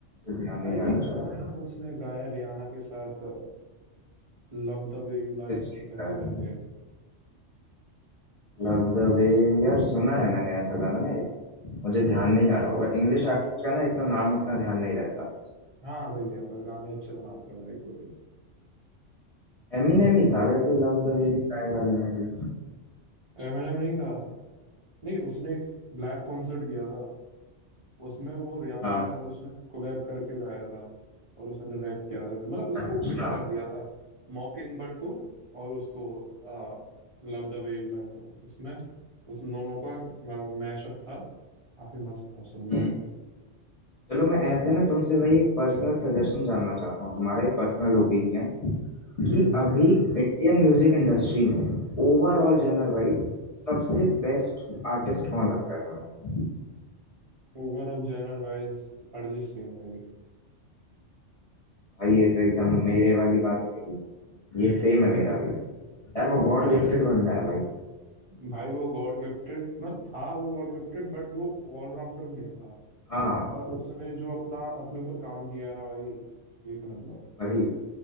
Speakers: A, on the left (about 45°); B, on the right (about 45°).
A: मुझे ध्यान नहीं
B: अरे
A: आ रहा
B: एक
A: शायद
B: गाना है ना वो उसने गाया है रियाना के साथ love the way you lie
A: किस टाइप का
B: ऐसे
A: है
B: करके
A: Love the way यार सुना है मैंने ऐसा गाना ना एक मुझे ध्यान
B: हम्म
A: नहीं आ रहा होगा इंग्लिश आर्टिस्ट का ना एक तो नाम उतना ध्यान नहीं रहता
B: हाँ भैया पर गाने अच्छे बनाते हैं भाई कोई
A: एमिनेम ही था
B: वो
A: वैसे love the way you cry वाले में भी
B: एमिनेम नहीं था नहीं उसने एक लाइव कॉन्सर्ट किया था उसमें वो रियाना
A: हाँ
B: के साथ उसने कोलैब करके गाया था और उसने रैप किया था मतलब उसको
A: अच्छा
B: मिक्स कर दिया था मॉकिंग बर्ड को और उसको आ, love the way you lie को उसमें उस दोनों का मैशअप था काफी मस्त था सुनना
A: हम्म चलो मैं ऐसे ना तुमसे भाई एक पर्सनल सजेशन जानना चाहता हूँ तुम्हारा एक पर्सनल ओपिनियन
B: हम्म
A: कि अभी इंडियन म्यूजिक इंडस्ट्री में ओवरऑल
B: हम्म
A: जनर वाइज सबसे बेस्ट आर्टिस्ट कौन लगता है तुम्हें
B: Overall general wise Arijit Singh भाई
A: भाई ये तो एकदम
B: अर...
A: मेरे वाली बात नहीं
B: <laughs>
A: ये सेम है मेरा भी यार वो गॉड
B: भाई
A: गिफ्टेड
B: अरिजीत
A: बंदा है भाई
B: भाई वो गॉड गिफ्टेड मतलब था वो गॉड गिफ्टेड बट वो ऑलराउंडर नहीं था
A: हाँ
B: पर उसने जो अपना अपने ऊपर काम किया है ना भाई एक नंबर
A: वही